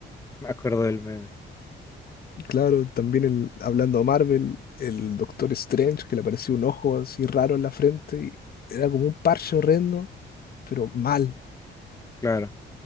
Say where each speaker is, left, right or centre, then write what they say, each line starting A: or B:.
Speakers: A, on the left; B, on the left.
A: Me acuerdo del meme.
B: Claro, también el, hablando de Marvel, el Doctor Strange, que le apareció un ojo así raro en la frente y era como un parche horrendo, pero mal.
A: Claro.